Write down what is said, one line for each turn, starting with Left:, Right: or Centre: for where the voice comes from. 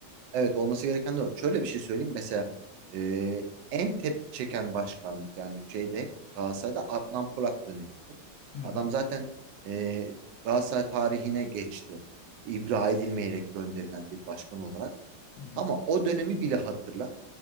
Right: Evet olması gereken de o. Şöyle bir şey söyleyeyim. Mesela e, en tepki çeken başkanlık yani şeyde Galatasaray'da Adnan Polat dönemiydi.
Left: Hı hı.
Right: Adam zaten e, Galatasaray tarihine geçti. İbra edilmeyerek gönderilen bir başkan olarak.
Left: Hı hı.
Right: Ama o dönemi bile hatırla.